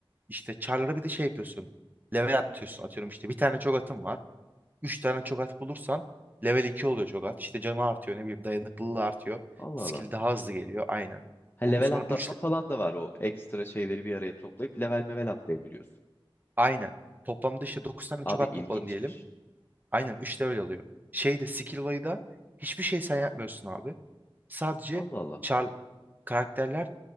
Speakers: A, on the right; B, on the left.
A: işte char'lara bir de şey yapıyorsun. Level atıyorsun atıyorum işte bir tane çok atım var. Üç tane çok at bulursan level 2 oluyor çok at. İşte canı artıyor ne bileyim dayanıklılığı artıyor.
B: Allah
A: Skill
B: Allah.
A: daha hızlı geliyor aynen.
B: Ha
A: Onun
B: level
A: sonra
B: atlatma
A: 3
B: falan da var o ekstra şeyleri bir araya toplayıp level mevel atlayabiliyorsun.
A: Aynen. Toplamda işte 9 tane
B: Abi
A: çok at
B: ilginçmiş.
A: topladın diyelim. Aynen üçte de öyle oluyor. Şeyde skill olayı da hiçbir şey sen yapmıyorsun abi. Sadece
B: Allah Allah.
A: char karakterler